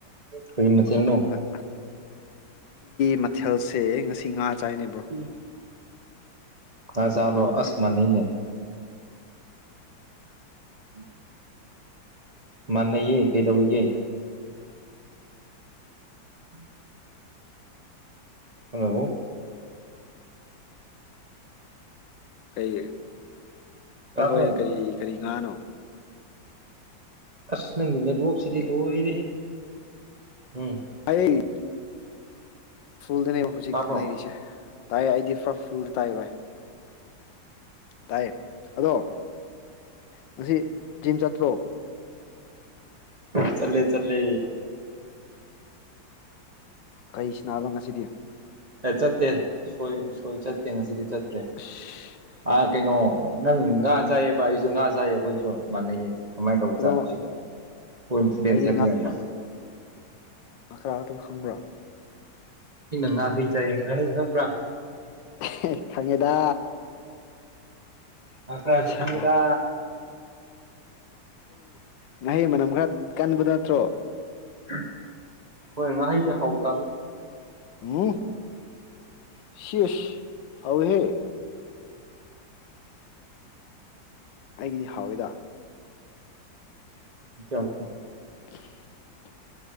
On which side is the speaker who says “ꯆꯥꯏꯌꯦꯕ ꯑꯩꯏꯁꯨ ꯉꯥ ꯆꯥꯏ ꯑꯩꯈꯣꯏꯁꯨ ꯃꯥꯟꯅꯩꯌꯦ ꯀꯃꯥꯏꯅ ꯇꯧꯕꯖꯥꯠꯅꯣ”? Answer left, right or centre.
Right